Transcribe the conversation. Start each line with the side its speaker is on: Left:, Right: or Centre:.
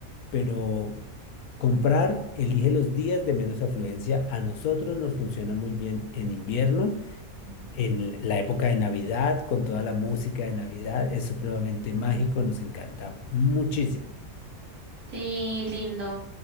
Left: pero comprar, elige los días de menos afluencia. A nosotros nos funciona muy bien en invierno
Right: Mm.
Left: en la época de Navidad, con toda la música de Navidad, es supremamente mágico, nos encanta muchísimo.
Right: Sí, lindo.